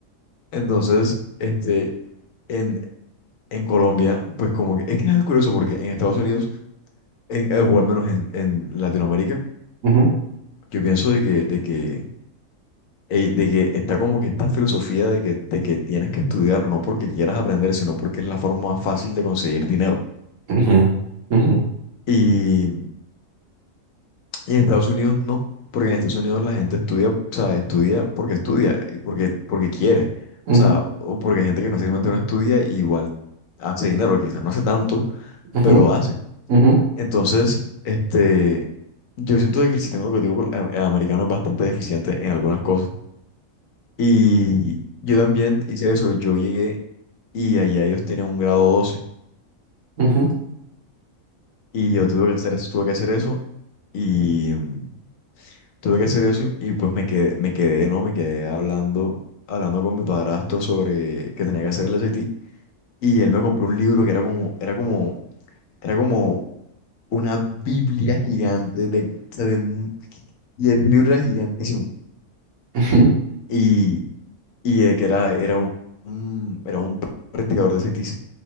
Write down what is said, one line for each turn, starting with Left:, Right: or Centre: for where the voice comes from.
Left: Entonces, este, en, en Colombia, pues como que, es que es algo curioso porque en Estados Unidos, en, eh, o al menos en, en Latinoamérica,
Right: ujú,
Left: yo pienso de que, de que, eh, de que está como que esta filosofía de que, de que tienes que estudiar no porque quieras aprender, sino porque es la forma más fácil de conseguir dinero.
Right: ujú. Ujú,
Left: y Y en Estados Unidos no, porque en Estados Unidos la gente estudia, o sea, estudia porque estudia, y porque, porque quiere,
Right: ujú,
Left: o sea, o porque hay gente que fácilmente no estudia y igual hace dinero, que quizás no hace tanto,
Right: Ujú,
Left: pero hace.
Right: ujú,
Left: Entonces, este, yo siento de que el sistema educativo col- a- a- americano es bastante deficiente en algunas cosas. Y yo también hice eso, yo llegué y allá ellos tienen un grado 12
Right: ujú,
Left: y yo tuve que hacer eso, tuve que hacer eso y... mm, Tuve que hacer eso y pues me quedé, me quedé, ¿no? Me quedé hablando, hablando con mi padrastro sobre que tenía que hacer el SAT. Y él me compró un libro que era como, era como, era como una Biblia gigante de, o sea, de mu- y el libro era gigantísimo.
Right: ujú,
Left: Y, y eh, que era, era un, un- era un practicador de SATs.